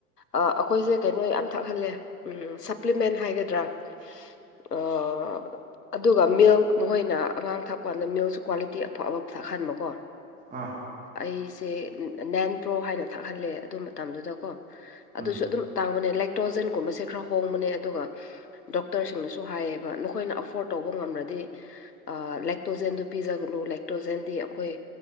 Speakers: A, on the left; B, on the right.
A: ꯑ ꯑꯩꯈꯣꯏꯁꯦ ꯀꯩꯅꯣ ꯌꯥꯝ ꯊꯛꯍꯜꯂꯦ ꯎꯝ ꯁꯄ꯭ꯂꯤꯃꯦꯟ ꯍꯥꯏꯒꯗ꯭ꯔꯥ
B: <inaudible>
A: ꯑ ꯑꯗꯨꯒ ꯃꯤꯜꯛ ꯃꯈꯣꯏꯅ ꯑꯉꯥꯡ ꯊꯥꯛꯄ ꯀꯥꯟꯗ ꯃꯤꯜꯛꯁꯨ ꯀ꯭ꯋꯥꯂꯤꯇꯤ ꯑꯐ ꯑꯐꯕ ꯊꯛꯍꯟꯕꯀꯣ
B: ꯑꯥ
A: ꯑꯩꯁꯦ ꯅꯦꯟ ꯄ꯭ꯔꯣ ꯍꯥꯏꯅ ꯊꯛꯍꯜꯂꯦ ꯑꯗꯨ ꯃꯇꯝꯗꯨꯗꯀꯣ
B: ꯎꯝ
A: ꯑꯗꯨꯁꯨ ꯑꯗꯨꯝ ꯇꯥꯡꯕꯅꯦ ꯂꯦꯛꯇ꯭ꯔꯣꯖꯟꯒꯨꯝꯕꯁꯦ ꯈꯔ ꯍꯣꯡꯕꯅꯦ ꯑꯗꯨꯒ ꯗꯣꯛꯇꯔꯁꯤꯡꯅꯁꯨ ꯍꯥꯏꯌꯦꯕ ꯅꯈꯣꯏꯅ ꯑꯐꯣꯔꯠ ꯇꯧꯕ ꯉꯝꯔꯗꯤ ꯑ ꯂꯦꯛꯇ꯭ꯔꯣꯖꯦꯟꯗꯨ ꯄꯤꯖꯒꯅꯨ ꯂꯦꯛꯇ꯭ꯔꯣꯖꯦꯟꯗꯤ ꯑꯩꯈꯣꯏ